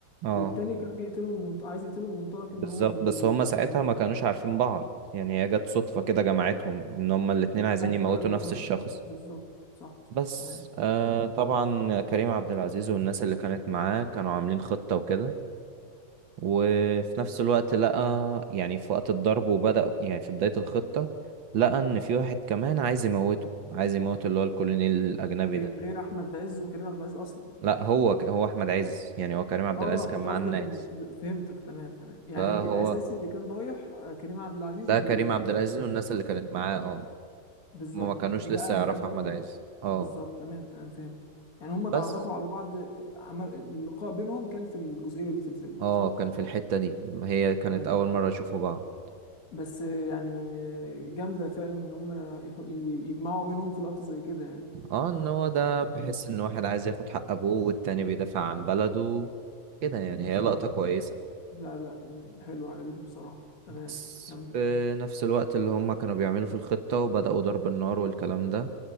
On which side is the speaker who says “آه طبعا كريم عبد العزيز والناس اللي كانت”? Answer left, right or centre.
Right